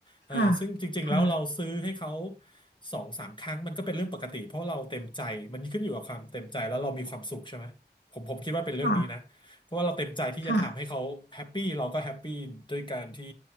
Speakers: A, on the left; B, on the left.
A: เออซึ่งจริงๆแล้วเราซื้อให้เขา
B: ค่ะค่ะ
A: สองสามครั้งมันก็เป็นเรื่องปกติเพราะเราเต็มใจมันขึ้นอยู่กับความเต็มใจแล้วเรามีความสุขใช่ไหมผมผมคิดว่าเป็นเรื่องนี้นะ
B: ค่ะ
A: เพราะว่าเราเต็มใจที่จะทำให้เขาแฮปปี้เราก็แฮปปี้ด้วยการที่
B: ค่ะ